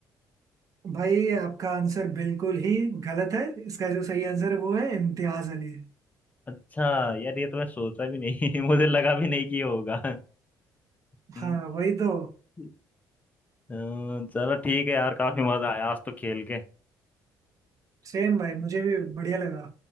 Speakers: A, on the right; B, on the left.
A: भाई आपका आंसर बिल्कुल ही गलत है इसका जो सही आंसर है वो है इम्तियाज अली
B: अच्छा यार ये तो मैं सोचा भी नहीं <laughs> मुझे लगा भी नहीं कि ये होगा हम्म,
A: हाँ वही तो
B: अ, चलो ठीक है यार काफी मजा आया आज तो खेल के
A: सेम भाई मुझे भी बढ़िया लगा